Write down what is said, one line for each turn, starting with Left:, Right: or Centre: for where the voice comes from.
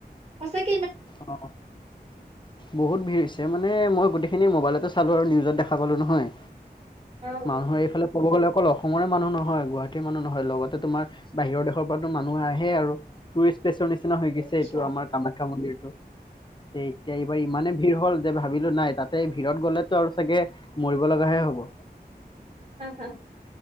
Right: সঁচাইক
Left: অ, বহুত ভিৰ হৈছে মানে মই গোটেই খিনি মোবাইলতো চালো আৰু নিউজত দেখা পালো নহয়,
Right: অ
Left: মানুহৰ
Right: উম
Left: এইফালে কব গলে অকল অসমৰে মানুহ নহয়, গুৱাহাটীৰ মানুহ নহয় লগতে তোমাৰ বাহিৰৰ দেশৰ পৰাতো মানুহ আহেই আৰু টুৰিষ্ট প্লেছৰ নিচিনা হৈ
Right: অ
Left: গৈছে
Right: আচ্ছা
Left: এইটো আমাৰ কামাখ্যা মন্দিৰটো। তে এতিয়া এইবাৰ ইমানে ভিৰ হ'ল যে ভাবিলো নাই তাতে ভিৰত গ'লেতো আৰু চাগে মৰিব লগাহে হ'ব।
Right: হা হা।